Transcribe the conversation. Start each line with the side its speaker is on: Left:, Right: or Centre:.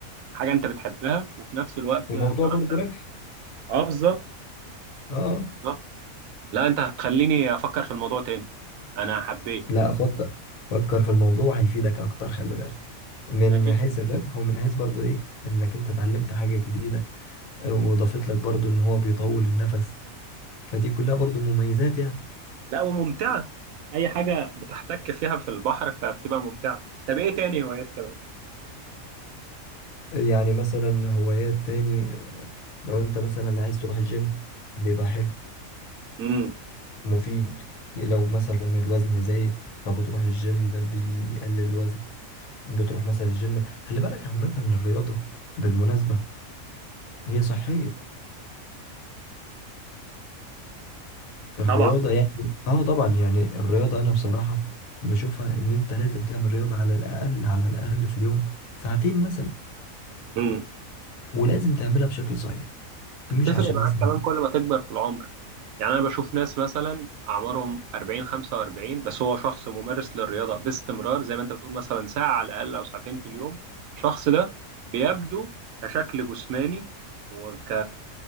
Right: حاجه انت بتحبها وفي نفس الوقت
Left: وموضوع
Right: بتعرف
Left: برضه
Right: تعمل
Left: ربح
Right: اه بالظبط
Left: اه آه.
Right: بالظبط لا انت هتخليني افكر في الموضوع تاني انا حبيت
Left: لا فكر فكر في الموضوع هيفيدك اكتر خلي بالك من
Right: لا جدا
Left: حيث الربح ومن حيث برضو ايه انك انت اتعلمت حاجة جديدة وضافت لك برضو ان هو بيطول النفس فدي كلها برضو مميزات يعني
Right: لا وممتعة أي حاجة بتحتك فيها في البحر فبتبقى ممتعة طب إيه تاني هوايات كمان؟
Left: يعني مثلا هوايات تاني لو انت مثلا عايز تروح الجيم بيبقى حلو
Right: امم
Left: مفيد لو مثلا الوزن زايد فبتروح الجيم بيقلل الوزن بتروح مثلا الجيم خلي بالك عامة الرياضة بالمناسبة هي صحية الرياضة
Right: طبعا
Left: يعني اه طبعا يعني الرياضة انا بصراحة بشوفها ان انت لازم تعمل رياضة على الاقل على الاقل في اليوم ساعتين مثلا
Right: امم
Left: ولازم تعملها بشكل صحيح مش
Right: تفرق
Left: عشان
Right: معاك
Left: مثلا
Right: كمان كل ما تكبر في العمر يعني أنا بشوف ناس مثلا أعمارهم 40 45 بس هو شخص ممارس للرياضة باستمرار زي ما أنت بتقول مثلا ساعة على الأقل أو ساعتين في اليوم الشخص ده بيبدو كشكل جسماني وك